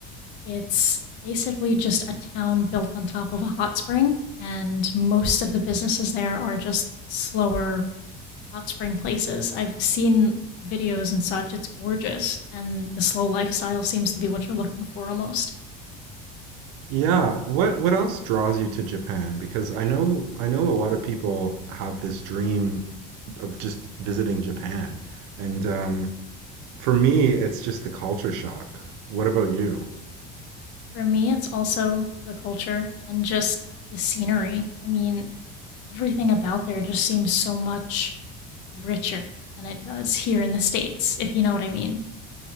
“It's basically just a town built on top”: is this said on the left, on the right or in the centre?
Left